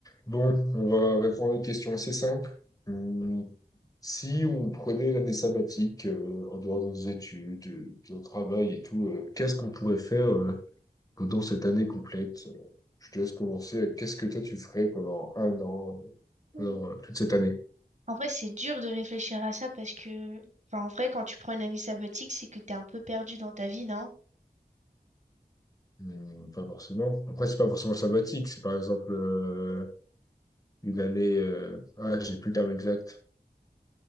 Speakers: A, on the left; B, on the right.
A: Bon, on va répondre à une question assez simple. Hum, Si on prenait une année sabbatique euh, en dehors de nos études, de, de notre travail et tout, euh, qu'est-ce qu'on pourrait faire euh, pendant cette année complète? Euh, Je te laisse commencer. Qu'est-ce que toi tu ferais pendant un an, euh,
B: Mm.
A: pendant euh, toute cette année?
B: En vrai, c'est dur de réfléchir à ça parce que, enfin, en vrai, quand tu prends une année sabbatique, c'est que t'es un peu perdu dans ta vie, non?
A: Hum, pas forcément. Après, c'est pas forcément sabbatique. C'est par exemple euh, une année. euh, Ah, j'ai plus le terme exact.